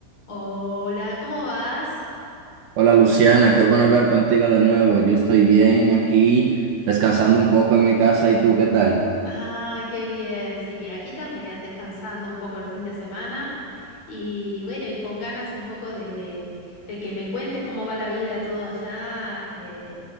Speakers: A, on the left (about 60°); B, on the right (about 65°).
A: Hola, ¿cómo vas?
B: Hola Luciana, qué bueno hablar contigo de nuevo. Yo estoy bien aquí, descansando un poco en mi casa. ¿Y tú qué tal?
A: Ay, qué bien, sí, aquí también, descansando un poco el fin de semana y bueno, y con ganas un poco de, de- de que me cuentes cómo va la vida todo allá. eh,